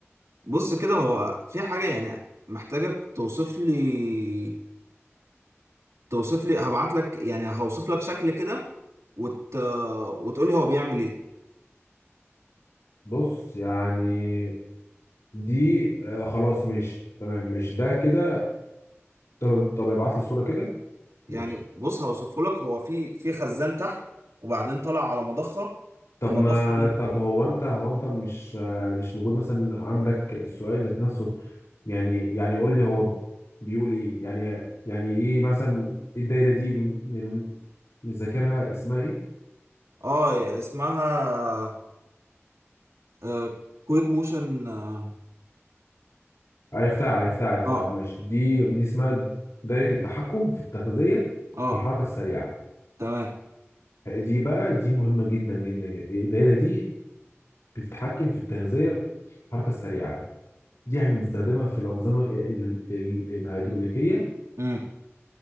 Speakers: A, on the right (about 85°); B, on the left (about 90°).
A: بص كده هو في حاجه يعني محتاجك توصف لي توصف لي هبعت لك يعني هوصف لك شكل كده وت... وتقول لي هو بيعمل ايه
B: بص يعني دي آه خلاص ماشي تمام ماشي ده كده طب طب ابعت لي الصوره كده
A: يعني
B: ماشي
A: بص هوصفه لك هو في في خزان تحت وبعدين طلع على مضخة
B: طب
A: المضخة
B: ما
A: دي
B: طب هو انت هو انت مش آه مش موجود مثلا عندك السؤال ذات نفسه يعني يعني قول لي هو بيقول ايه يعني يعني ايه مثلا إيه الدايره دي يعني مش ذاكرها اسمها ايه
A: اه اسمها آه كويك موشن اه
B: عرفتها عرفتها عرفتها
A: اه
B: ماشي دي دي اسمها دايرة التحكم في التغذية
A: آه،
B: بالحركة السريعة
A: تمام
B: دي بقى دي مهمة جدا جدا جدا الدايرة دي بتتحكم في التغذية بالحركة السريعة دي احنا بنستخدمها في الأنظمة ال- ال- الهيدروليكية
A: امم